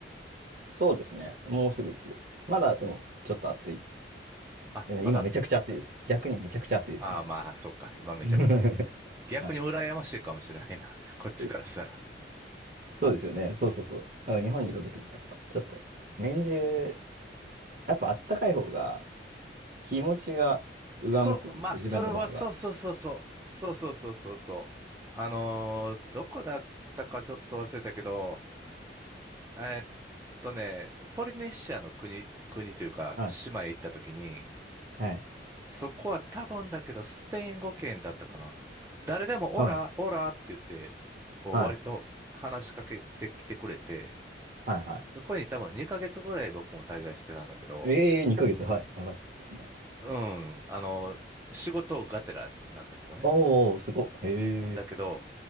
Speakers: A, on the right; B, on the right.
A: そうですね。もうすぐ雪です。まだでもちょっと暑い。
B: あ、
A: え今めちゃくちゃ暑いです。
B: まだ暑いんか。
A: 逆にめちゃくちゃ暑いです、
B: ああ、
A: 今。
B: まあ、そっか。今めちゃくちゃ。
A: <laughs>
B: 逆に羨ましいかもしれないな。
A: はい。
B: <laughs> こっちからしたら。
A: そそうですよね。そうそうそう。だから日本にいた時にやっぱちょっと年中やっぱあったかい方が気持ちが上向くんですよ、
B: そう、まあ、それは、
A: 自分の場合は。
B: そうそうそうそう。そうそうそうそうそう。あのーどこだったかちょっと忘れたけど、えーっとね、ポリネシアの国、国というか、
A: はい。
B: 島へ行った時に、
A: はい。
B: そこは多分だけど、スペイン語圏だったかな。誰でもオラ、
A: はい。
B: オラって言って、こう割と話しかけてきてくれて、
A: はい。はい。は
B: そこに多分2ヶ月ぐらい僕も滞在してたんだけど、
A: い。ええー、ヶ月。はい。長いですね。
B: うん、あの、仕事がてらなんだけどね。
A: おー、すごい。へえ。
B: だけど、